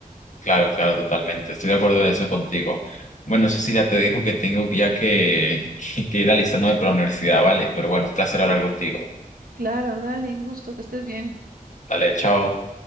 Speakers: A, on the left; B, on the right.
A: Claro, claro, totalmente. Estoy de acuerdo de eso contigo. Bueno, Cecilia, te dijo que tengo ya que, <laughs> que ir alistándome para la universidad, ¿vale? Pero bueno, un placer hablar contigo.
B: Claro, dale, un gusto, que estés bien.
A: Dale, chao.